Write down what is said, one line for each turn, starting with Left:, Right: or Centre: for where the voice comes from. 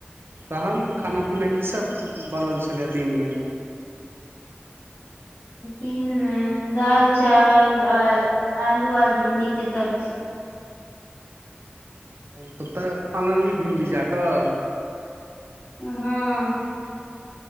Right: तहन खाना-पीना कीसभ बनल छलै दिनमे
Left: दिनमे दालि चावल आओर आलू आओर भिंडीके सब्जी
Right: तऽ तैं अनलही भिंडी जा कऽ
Left: हँ